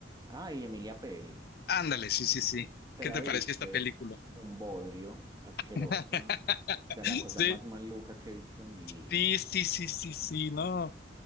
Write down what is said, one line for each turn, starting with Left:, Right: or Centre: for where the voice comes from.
Right: Ay, Emilia Pérez.
Left: Ándale, sí, sí, sí.
Right: ¿Te
Left: ¿Qué
Right: la
Left: te
Right: viste?
Left: pareció esta película?
Right: Un bodrio, asquerosa.
Left: <laughs>
Right: O sea, la cosa
Left: Sí,
Right: más maluca que he visto en mi vida.
Left: sí, sí, sí, sí, sí, no.